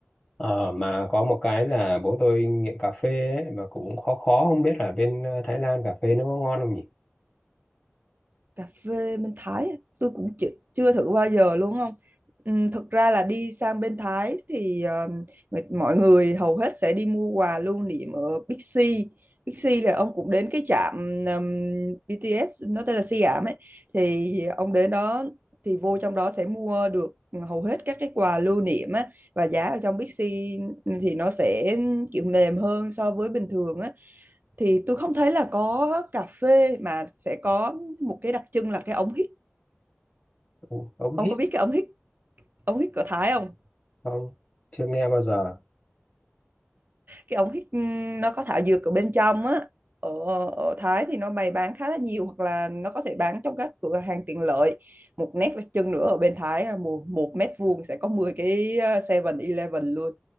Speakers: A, on the left; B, on the right.
A: Ờ, mà có một cái là bố tôi nghiện cà phê ấy, mà cũng khó khó không biết là bên ờ, Thái Lan cà phê nó có ngon không nhỉ?
B: cà phê bên Thái á, tôi cũng chưa, chưa thử bao giờ luôn không Ừm, thực ra là đi sang bên Thái thì ờ, người, mọi người hầu hết sẽ đi mua quà lưu niệm ở Big C Big C là ông cũng đến cái trạm ừm, BTS nó tên là Siam ấy thì ông đến đó thì vô trong đó sẽ mua được hầu hết các cái quà lưu niệm á và giá ở trong Big C thì nó sẽ kiểu mềm hơn so với bình thường á thì tôi không thấy là có cà phê mà sẽ có một cái đặc trưng là cái ống hít
A: Ông, ông
B: ông
A: hít
B: có biết cái ống hít ống hít của Thái không
A: không? Chưa nghe bao giờ.
B: cái ống hít ừm, nó có thảo dược ở bên trong á ở, ở Thái thì nó bày bán khá là nhiều hoặc là nó có thể bán trong các cửa hàng tiện lợi một nét đặc trưng nữa ở bên Thái là một, một mét vuông sẽ có 10 cái ờ, Seven eleven luôn